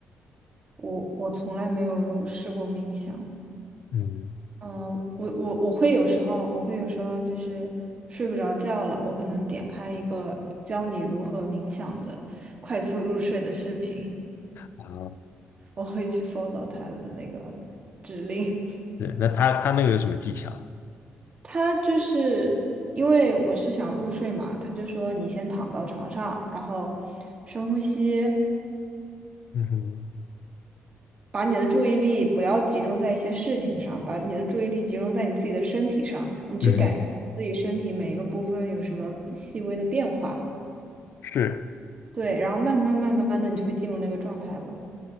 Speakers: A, on the right; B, on the left.
A: 我我从来没有试过冥想，
B: 嗯，
A: 嗯，我我我会有时候，我会有时候就是睡不着觉了，我可能点开一个教你如何冥想的快速入睡的视频，
B: 啊，
A: 我会去 follow 他的那个指令。<laughs>
B: 对，那他他那个有什么技巧？
A: 他就是因为我是想入睡嘛，他就说你先躺到床上，然后深呼吸，
B: 嗯哼，
A: 把你的注意力不要集中在一些事情上，把你的注意力集中在你自己的身体上，你去感受自己身体每一个部分有什么细微的变化。
B: 嗯哼，是
A: 对，然后慢慢慢慢的你就会进入那个状态了。